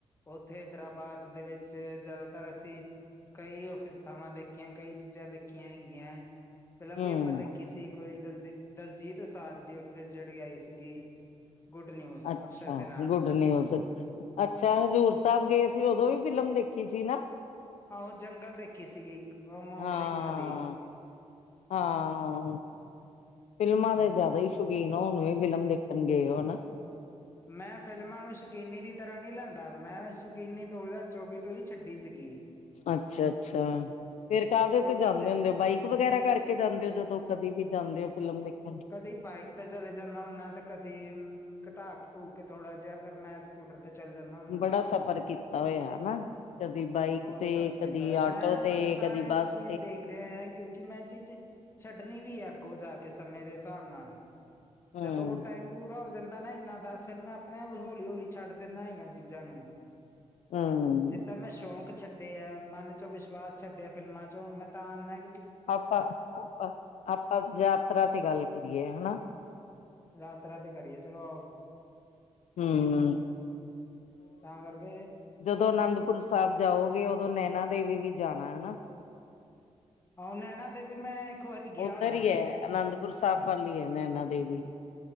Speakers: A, on the left; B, on the left.
A: ਉੱਥੇ ਹੈਦਰਾਬਾਦ ਦੇ ਵਿੱਚ ਜ਼ਿਆਦਾਤਰ ਅਸੀਂ ਕਈ ਫਿਸਥਾਵਾਂ ਦੇਖੀਆਂ, ਕਈ ਚੀਜ਼ਾਂ ਦੇਖੀਆਂ ਹੈਗੀਆਂ। ਫਿਲਮ
B: ਹੂੰ।
A: ਵੀ ਆਪਾਂ ਦੇਖੀ ਸੀ ਇੱਕ ਵਾਰੀ ਦਲਜੀ ਦਲਜੀਤ ਉਸਾਜ ਦੀ ਉੱਥੇ ਜਿਹੜੀ ਆਈ ਸੀਗੀ। ਗੁੱਡ ਨਿਊਜ਼
B: ਅੱਛਾ
A: ਅਕਸ਼ਰ ਦੇ ਨਾਲ
B: ਗੁੱਡ ਨਿਊਜ਼, ਅੱਛਾ ਹਜ਼ੂਰ ਸਾਹਿਬ ਗਏ ਸੀ ਉਦੋਂ ਵੀ ਫਿਲਮ ਦੇਖੀ। ਕਿ ਸੀ ਨਾ।
A: ਆਹੋ ਜੰਗਲ ਦੇਖੀ ਸੀਗੀ ਉਹ ਮੋਗਲੇਈ
B: ਹਾਂ
A: ਵਾਲੀ।
B: ਹਾਂ, ਫਿਲਮਾਂ ਦੇ
A: ਹਮ
B: ਜ਼ਿਆਦਾ ਹੀ ਸ਼ੌਕੀਨ ਆ, ਹੁਣ ਵੀ ਫਿਲਮ ਦੇਖਣ ਗਏ ਹੋ ਹਨਾ।
A: ਮੈਂ ਫ਼ਿਲਮਾਂ ਨੂੰ ਸ਼ਕੀਨੀ ਦੀ ਤਰ੍ਹਾਂ ਨਹੀਂ ਲੈਂਦਾ ਮੈਂ ਸ਼ਕੀਨੀ ਦੋ ਹਜ਼ਾਰ ਚੌਵੀ ਤੋਂ ਹੀ ਛੱਡੀ ਸੀਗੀ।
B: ਅੱਛਾ- ਅੱਛਾ, ਫਿਰ ਕਾਹਦੇ
A: ਕਿਉਂਕਿ
B: ਤੇ ਜਾਂਦੇ
A: ਜ
B: ਹੁੰਦੇ, ਬਾਈਕ ਵਗੈਰਾ ਕਰਕੇ ਜਾਂਦੇ ਹੋ ਜਦੋਂ ਕਦੇ ਵੀ ਜਾਂਦੇ ਹੋ ਫਿਲਮ ਦੇਖਣ।
A: ਕਦੀ ਬਾਈਕ ਤੇ ਚਲੇ ਜਾਂਦਾ ਹੁੰਨਾ, ਤੇ ਕਦੀ ਘਟਾ-ਘਟੂ ਕੇ ਥੋੜਾ ਜਿਹਾ ਫੇਰ ਮੈਂ ਸਕੂਟਰ ਤੇ ਚੱਲ ਜਾਂਦਾ ਹੁੰਨਾ।
B: ਬੜਾ ਸਫ਼ਰ ਕੀਤਾ ਹੋਇਆ ਹਨਾ, ਕਦੀ ਬਾਈਕ
A: ਬਹੁਤ
B: ਤੇ
A: ਸਫ਼ਰ ਕੀਤਾ
B: ਕਦੀ
A: ਹੈ
B: ਆਟੋ
A: ਮੈਂ
B: ਤੇ।
A: ਬਸ
B: ਇਹ
A: ਤਾਂ
B: ਕਦੀ ਬਸ
A: ਚੀਜ਼ ਦੇਖ ਰਿਹਾ ਹੈ, ਕਿਉਂਕਿ ਮੈਂ ਚੀਜ਼ ਛੱਡਣੀ ਵੀ ਹੈ ਅੱਗੋਂ ਜਾ ਕੇ ਸਮੇਂ ਦੇ ਹਿਸਾਬ ਨਾਲ,
B: ਹਮ
A: ਜਦੋਂ ਉਹ ਟਾਈਮ ਪੂਰਾ ਹੋ ਜਾਂਦਾ ਨਾ ਇੰਨਾ ਦਾ, ਫੇਰ ਮੈਂ ਆਪਣੇ ਹੌਲੀ-ਹੌਲੀ ਛੱਡ ਦਿੰਦਾ। ਚੀਜ਼ਾਂ ਨੂੰ,
B: ਹਮ
A: ਜਿੱਦਾਂ ਮੈਂ ਸ਼ੌਂਕ ਛੱਡੇ ਆ ਮਨ ਚ ਵਿਸ਼ਵਾਸ ਛੱਡਿਆ ਫਿਲਮਾਂ ਚੁ। ਮੈਂ ਤਾਂ ਆਦਾ
B: ਆਪਾਂ ਆਪ ਆਪਾਂ ਯਾਤਰਾ ਤੇ ਗੱਲ ਕਰੀਏ। ਹਨਾ!
A: ਯਾਤਰਾ ਤੇ ਕਰੀਏ ਚਲੋ ਆਓ।
B: ਹੂੰ ਹੂੰ
A: ਤਾਂ ਕਰਕੇ
B: ਜਦੋਂ ਅਨੰਦਪੁਰ ਸਾਹਿਬ ਜਾਓਗੇ, ਉਦੋਂ ਨੈਨਾ ਦੇਵੀ ਵੀ ਜਾਣਾ ਹਨਾ।
A: ਆ ਨੈਣਾ, ਤੇ ਵੀ ਮੈਂ ਇੱਕ ਵਾਰੀ ਗਿਆ
B: ਉੱਧਰ
A: ਹੋਇਆ।
B: ਹੀ ਹੈ ਅਨੰਦਪੁਰ ਸਾਹਿਬ ਵਾਲੀ ਹੈ, ਨੈਨਾਂ ਦੇਵੀ।